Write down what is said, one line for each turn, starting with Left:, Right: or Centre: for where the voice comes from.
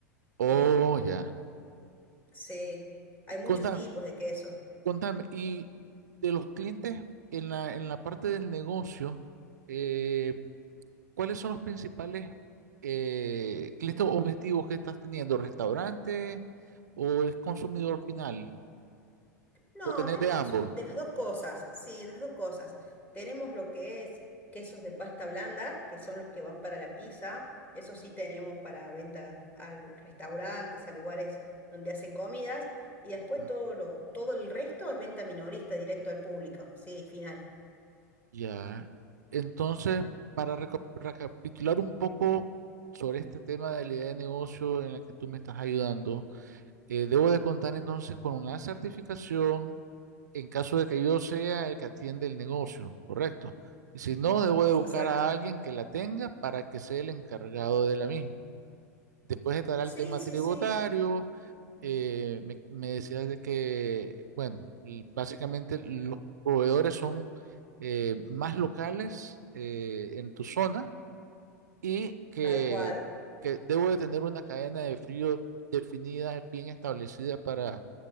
Right: Oh,
Left: Eh,
Right: ya.
Left: se- hay muchos
Right: Contame,
Left: tipos de queso.
Right: contame, y de los clientes en la, en la parte del negocio, eh, ¿cuáles son los principales eh, clientes objetivos que estás teniendo? ¿Restaurante o es consumidor final?
Left: No,
Right: Lo tenés
Left: tenemos
Right: de ambos.
Left: de las dos cosas, sí, de las dos cosas. Tenemos lo que es quesos de pasta blanda, que son los que van para la pizza. Eso sí tenemos para venta al restaurantes, a lugares donde hacen comidas. Y después
Right: Mm,
Left: todo lo, todo el resto es venta minorista directo al público. Sí, final.
Right: Ya. Entonces, para reco- recapitular un poco sobre este tema de la idea de negocio en la que tú me estás ayudando, eh, debo de contar entonces con una certificación en caso de que yo sea el que atiende el negocio, ¿correcto? Y si no, debo
Left: Exacto.
Right: de buscar a alguien que la tenga para que sea el encargado de la misma. Después estará
Left: Sí,
Right: el tema
Left: sí,
Right: tributario
Left: sí,
Right: eh, me, me decías de que, bueno, l- básicamente los proveedores son eh, más locales eh, en tu zona y que,
Left: tal cual.
Right: que debo de tener una cadena de frío definida, bien establecida para